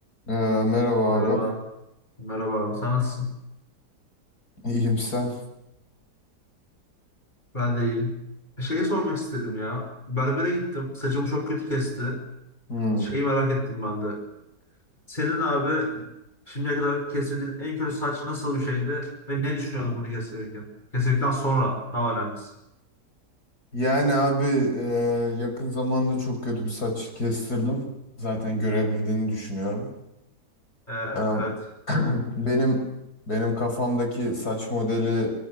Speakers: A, on the left (about 60°); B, on the left (about 25°).
A: Ee, merhaba
B: Merhaba.
A: abi.
B: Merhaba abi. Sen nasılsın?
A: <laughs> İyiyim sen.
B: Ben de iyiyim. Şeyi sormak istedim ya. Berbere gittim. Saçımı çok kötü kesti.
A: Hmm.
B: Şeyi merak ettim ben de. Senin abi şimdiye kadar kestirdiğin en kötü saç nasıl bir şeydi? Ve ne düşünüyordun bunu kestirirken? Kestirdikten sonra daha önemlisi.
A: Yani abi e, yakın zamanda çok kötü bir saç kestirdim. Zaten görebildiğini düşünüyorum.
B: Ee,
A: Ee,
B: evet.
A: benim benim kafamdaki saç modeli